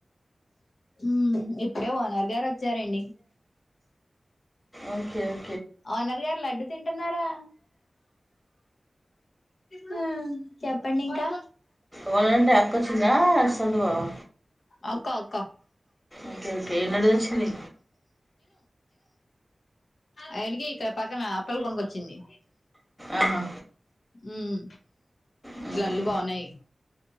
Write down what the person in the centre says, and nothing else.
ఓకే ఓ
వాళ్ళంటే అక్కొచ్చిందా? సొంత బావా?
ఓకే. ఓకే. ఎన్నడూదొచ్చింది?
ఆహా!
హ్మ్.